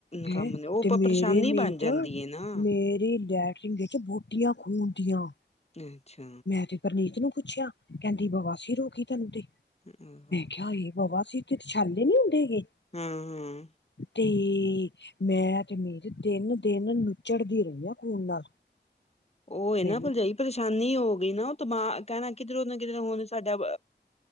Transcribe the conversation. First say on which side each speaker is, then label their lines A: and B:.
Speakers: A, on the left; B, on the left.
A: ਹੈਂ!
B: ਕੰਮ ਨੇ ਉਹ
A: ਤੇ ਮੇਰੇ
B: ਪਰੇਸ਼ਾਨੀ
A: ਲਈ
B: ਬਣ ਜਾਂਦੀ
A: ਤਾ
B: ਹੈ ਨਾ
A: ਮੇਰੀ ਲੈਟਰਿੰਨ ਵਿੱਚ ਬੂਟੀਆਂ ਖੂਨ ਦੀਆਂ।
B: ਅੱਛਾ।
A: ਮੈਂ ਤੇ ਪਰਨੀਤ ਨੂੰ ਪੁੱਛਿਆ, ਕਹਿੰਦੀ ਬਵਾਸੀਰ ਹੋ ਗਈ ਤੈਨੂੰ ਤੇ।
B: ਹ ਅਹਮ।
A: ਖਿਆ, ਇਹ ਬਵਾਸੀਰ ਕਿਤੇ ਛਾਲੇ ਨੀ ਹੁੰਦੇਗੇ।
B: ਹਾਂ
A: ਤੇ ਮੈਂ ਤੇ ਮਿਹਿਰ ਤਿਨ ਦਿਨ ਨਿਚੜਦੀ ਰਹੀ ਹਾਂ ਖੂਨ ਨਾਲ।
B: ਉਹ ਇਹ
A: ਮੈਨੂੰ
B: ਨਾ ਭਰਜਾਈ ਪਰੇਸ਼ਾਨੀ ਹੋ ਗਈ ਨਾ ਉਹ ਦਿਮਾਗ ਕਹਿਣਾ ਕਿਧਰੋਂ ਨਾ ਕਿਧਰ ਹੁਣ ਸਾਡਾ